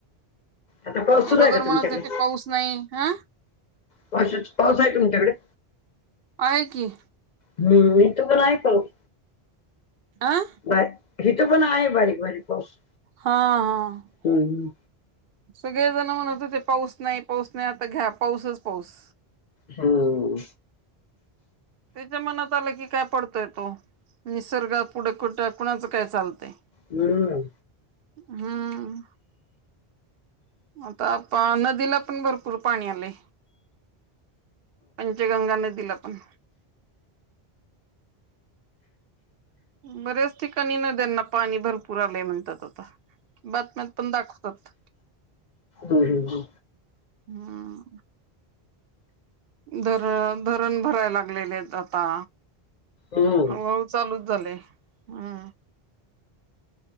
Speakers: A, on the left (about 55°); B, on the right (about 70°).
A: आता पाऊस सुरू
B: अगोदर
A: आहे का
B: म्हणत
A: तुमच्याकडे
B: होते पाऊस नाही. हा.
A: पावसाच पाऊस आहे तुमच्याकडे
B: आहे की
A: हम्म. मी, तुला नाही करू
B: अ हा
A: बर हिथं पण आहे, बारीक-बारीक पाऊस.
B: हा.. हा.
A: हम्म
B: सगळे जणं म्हणत होते, पाऊस नाही, पाऊस नाही. आता घ्या, पाऊसच पाऊस.
A: हम्म.
B: त्याच्या मनात आलं की, काय पडतंय तो. निसर्गा पुढे कुठं कुणाचं काय चालतयं?
A: हम्.
B: हम्म. आता पण, नदीला पण भरपूर पाणी आलंय पंचगंगा नदीला पण. बऱ्याच ठिकाणी नद्यांना, पाणी भरपूर आलंय म्हणतात आता. बातम्यात पण दाखवतात.
A: हम्म
B: हम्. धरण, धरण भरायं लागलेले आहेत आता.
A: हम्म.
B: हळूहळू चालूच. झाले, हम्म.